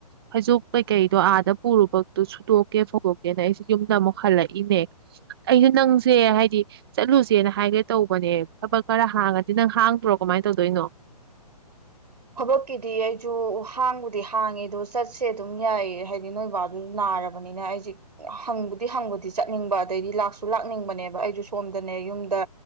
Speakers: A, on the right; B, on the right.
A: ꯐꯩꯖꯨꯞ ꯀꯩꯀꯩꯗꯣ ꯑꯥꯗ ꯄꯨꯔꯨꯕꯛꯇꯨ ꯁꯨꯠꯇꯣꯛꯀꯦ ꯐꯧꯗꯣꯛꯀꯦꯅ ꯑꯩꯁꯤ ꯌꯨꯝꯗ ꯑꯃꯨꯛ ꯍꯜꯂꯛꯏꯅꯦ ꯑꯩꯁꯦ ꯅꯪꯁꯦ ꯍꯥꯏꯗꯤ ꯆꯠꯂꯨꯁꯦꯅ ꯍꯥꯏꯒꯦ ꯇꯧꯕꯅꯦ ꯊꯕꯛ ꯈꯔ ꯍꯥꯡꯉꯗꯤ ꯅꯪ ꯍꯥꯡꯗ꯭ꯔꯣ ꯀꯃꯥꯏꯟ ꯇꯧꯗꯣꯏꯅꯣ
B: ꯊꯕꯛꯀꯤꯗꯤ ꯑꯩꯖꯨ ꯍꯥꯡꯕꯨꯗꯤ ꯍꯥꯡꯉꯦ ꯑꯗꯣ ꯆꯠꯁꯦ ꯑꯗꯨꯝ ꯌꯥꯏꯌꯦ ꯍꯥꯏꯗꯤ ꯅꯣꯏꯕꯥꯗꯨꯁꯨ ꯅꯥꯔꯕꯅꯤꯅ ꯑꯩꯁꯦ ꯍꯪꯕꯨꯗꯤ ꯍꯪꯕꯗꯤ ꯆꯠꯅꯤꯡꯕ ꯑꯗꯩꯗꯤ ꯂꯥꯛꯁꯨ ꯂꯥꯛꯅꯤꯡꯕꯅꯦꯕ ꯑꯩꯁꯨ ꯁꯣꯝꯗꯅꯦ ꯌꯨꯝꯗ